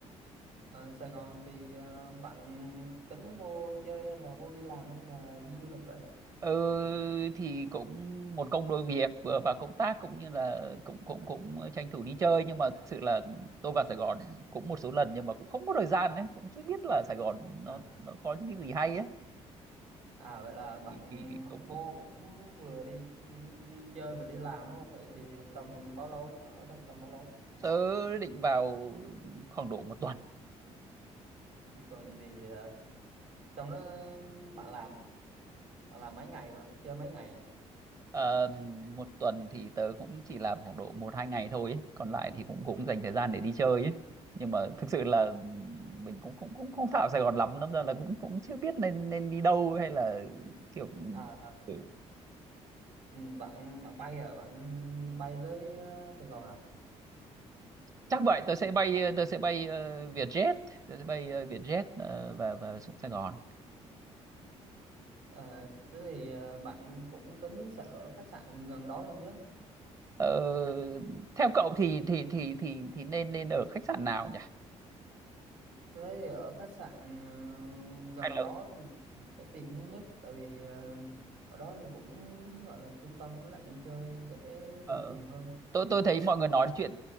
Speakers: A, on the right; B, on the right.
A: Ờ, Sài Gòn thì ờ, bạn tính vô chơi hay là vô đi làm hay là đi du lịch vậy
B: Ừ, thì cũng một công đôi việc vừa vào công tác cũng như là cũng cũng cũng tranh thủ đi chơi nhưng mà thực sự là tôi vào Sài Gòn cũng một số lần nhưng mà cũng không có thời gian đấy cũng chưa biết là Sài Gòn nó
A: à
B: nó có những cái gì hay ấy
A: à vậy là bạn
B: thì, thì cũng,
A: vô
B: cũng
A: cũng vừa đi đi chơi vừa đi làm đúng không vậy thì tầm bao lâu bạn ở tầm, tầm bao lâu
B: tớ định vào khoảng độ một tuần
A: một tuần thì ờ, trong đó bạn làm bạn làm mấy ngày bạn chơi mấy ngày
B: Ờ, một tuần thì tớ cũng chỉ làm khoảng độ một hai ngày thôi ấy. Còn lại thì cũng cũng dành thời gian để đi chơi ấy. Nhưng mà thực sự là mình cũng cũng cũng không thạo Sài Gòn lắm đâm ra là cũng cũng chưa biết nên nên đi đâu hay là kiểu
A: à, à
B: ừ.
A: ừ, bạn bạn bay à bạn bay tới ờ, Sài Gòn à
B: chắc vậy tớ sẽ bay tớ sẽ bay ờ, Vietjet tớ sẽ bay ờ, Vietjet ờ, và và xuống Sài Gòn
A: Ờ, thế thì ờ, bạn cũng tính sẽ ở khách sạn gần đó luôn chứ
B: Ờ, theo cậu thì thì thì thì thì nên nên ở khách sạn nào nhỉ?
A: Tôi thấy thì ở khách sạn ờ, gần
B: Hay là
A: đó thì sẽ tiện hơn nhất tại vì ờ, ở đó thì cũng gọi là trung tâm với lại đi chơi sẽ
B: ờ,
A: được nhiều hơn.
B: tôi tôi thấy mọi người nói chuyện